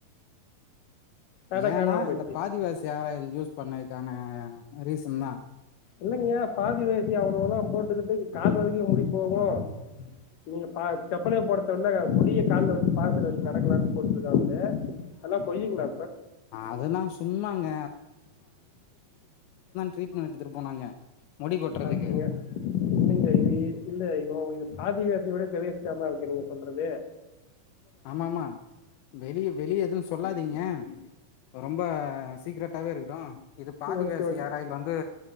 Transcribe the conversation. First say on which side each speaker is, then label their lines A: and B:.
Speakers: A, on the left; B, on the left.
A: டாடா
B: ஏனா
A: காணாம போச்சு
B: இந்த பாதிவாசி ஹார் ஆயில் யூஸ் பண்ணதுக்கான ஏா ஆ ரீசன்தா
A: இல்லைங்கயா பாதி வச்சி அவ்வளவுல்லா போட்டுக்கிட்டு கால் வரக்கு முடி போகு நீங்க பா செப்பளைய போடுத விலை முடிய கால வச்சு பாாதத்துல வச்சு நடக்கலாம்னு போட்டுருக்காங்கள அதல்லா பொயுங்களா
B: அதெல்லாம் சும்மாங்க டிரெட்மென் எத்துட்டு போனாங்க முடி கொட்டுறதுக்கு
A: அங்க இங்க இது இல்ல இவன் இது பாதிவோசியோட பெரிய விஷமா இரு நீங்க சொல்றது
B: ஆமாம வெளி வெளிய எது சொல்லாதீங்க ரொம்ப சீக்ரட்டாவே இருக்கட்டும் இது பாதிவசி
A: ஓகே ஓகே
B: ஹார் ஆயில் வந்து